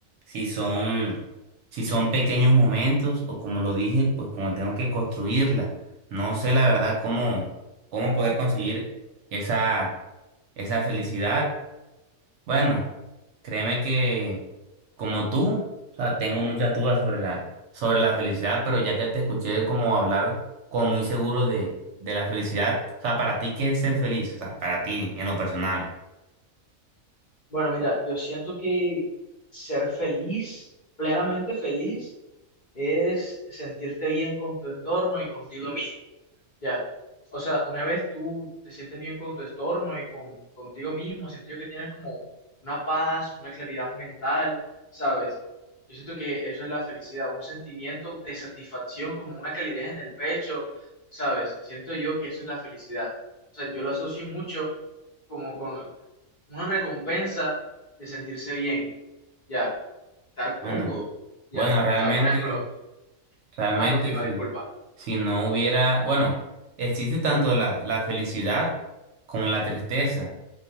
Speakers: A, on the right; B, on the left.
A: si son, si son pequeños momentos o como lo dije, pues como tengo que construirla. No sé la verdad cómo, cómo poder conseguir esa, esa felicidad. Bueno, créeme que como tú, o sea, tengo muchas dudas sobre la, sobre la felicidad, pero ya que te escuché como hablar como muy seguro de, de la felicidad, o sea, para ti, ¿qué es ser feliz? O sea, para ti, en lo personal.
B: Bueno, mira, yo siento que ser feliz, plenamente feliz, es sentirte bien con tu entorno y contigo mismo. Ya. O sea, una vez tú te sientes bien con tu estorno y con, contigo mismo, siento yo que tienes como una paz, una claridad mental, ¿sabes? Yo siento que eso es la felicidad, un sentimiento de satisfacción, como una calidez en el pecho, ¿sabes? Siento yo que eso es la felicidad. O sea, yo lo asocio mucho como con una recompensa de sentirse bien, ya, estar
A: Bueno,
B: cómodo, ya.
A: bueno,
B: O
A: realmente,
B: sea, por ejemplo,
A: realmente
B: ah, continúa,
A: sí.
B: disculpa.
A: Si no hubiera, bueno, existe tanto la, la felicidad como la tristeza.